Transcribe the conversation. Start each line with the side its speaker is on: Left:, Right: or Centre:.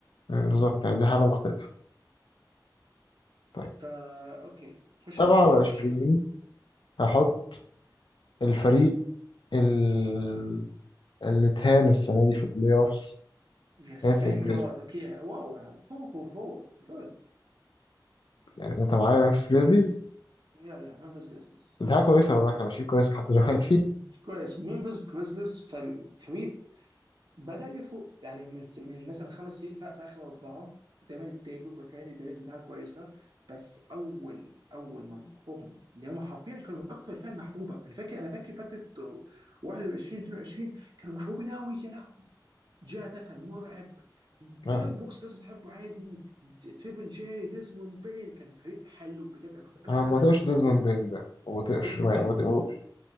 Left: مم، بالظبط يعني دي حالة مختلفة طيب
Right: فا اوكي خش
Left: 27
Right: على اللي بعديه 27
Left: هحط الفريق ال... اللي اتهان السنة دي في البلاي أوفس
Right: يس
Left: ممفيس
Right: ثانك
Left: جريزليز
Right: جاد اوكي واو 4 4 جود
Left: يعني أنت معايا ممفيس جريزليز؟
Right: يا يا ممفيس جريزليز
Left: الدفاع كويسة والله احنا ماشيين كويس لحد دلوقتي
Right: مم. كويس ممفيس جريزليز فريق بدأ يفوق يعني من س- من مثلا خمس سنين في في آخر أربعة دايما التاني بيبقى تاني تالت ودي حاجة كويسة بس أول أول ما مخهم اللي هم حرفيا كانوا من أكتر الفئة المحبوبة أنا فاكر أنا فاكر فترة 21 22 كانوا محبوبين أوي يا لهوي جا ده كان مرعب ديلان
Left: <laughs> آه.
Right: بوكس الناس بتحبه عادي د- تريبل جي ديزموند بين كان فريق حلو بجد أنا كنت أنا
Left: انا ما
Right: أنا
Left: بطيقش
Right: كنت
Left: ديزموند
Right: بحبهم
Left: بين ده ما بطيقش
Right: كنت
Left: ما
Right: بحبهم
Left: ما بطيقوش